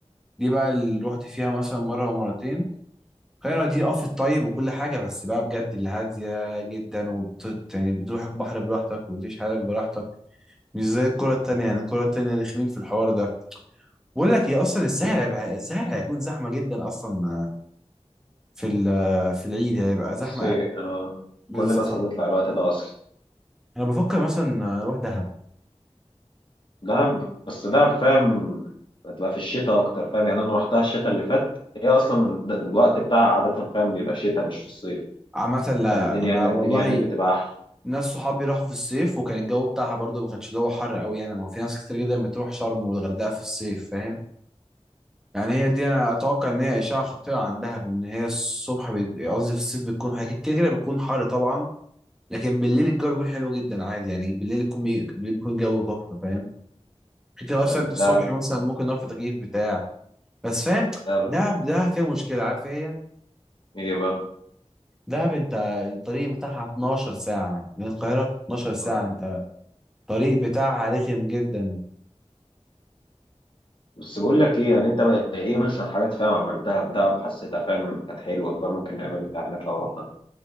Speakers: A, in the centre; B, on the left.
A: دي بقى اللي رحت فيها مثلا مره ومرتين القاهرة دي اه في الطيب وكل حاجة بس بقى بجد اللي هادية جدا وبت يعني بتروح البحر براحتك وبتعيش حياتك براحتك مش زي الكرة التانية يعني الكرة التانية رخمين في الحوار ده بقول لك ايه اصلا الساحل هيبقى الساحل هيكون زحمة جدا اصلا في ال- آه، في العيد هيبقى زحمة
B: بصي
A: اكل
B: آه،
A: بالظبط
B: كل الناس هتطلع الوقت ده اصلا
A: انا بفكر مثلا اروح دهب
B: دهب بس دهب فاهم بتبقى في الشتاء اكتر فاهم يعني انا رحتها الشتاء اللي فات هي اصلا د- الوقت بتاعها عاده فاهم بيبقى شتاء مش في الصيف
A: عامة لا
B: فاهم الدنيا
A: انا
B: هناك
A: والله
B: الدنيا هناك بتبقى احلى
A: ناس صحابي راحوا في الصيف وكان الجو بتاعها برضه ما كانش اللي هو حر قوي يعني ما هو في ناس كتير جدا بتروح شرم والغردقة في الصيف فاهم يعني هي دي انا اتوقع ان هي اشعه خطيره عندها بان هي الصبح بي- قصدي في الصيف بتكون هي كده كده بتكون حر طبعا لكن بالليل الجو بيكون حلو جدا عادي يعني بالليل يكون بي... بالليل بيكون الجو تحفه فاهم كده كده اصلا
B: فانت
A: الصبح مثلا ممكن نقف في تكييف بتاع بس فاهم
B: دهب
A: ده ده فيها مشكله عارف إيه هي
B: ايه بقى
A: دهب انت الطريق بتاعها 12 ساعه من القاهره 12
B: آه.
A: ساعه انت الطريق بتاعها رخم جدا
B: بس بقول لك ايه يعني انت ما- ايه مثلا حاجات فاهم عملتها في دهب حسيتها فاهم كانت حلوه بقى ممكن نعملها هناك لو رحنا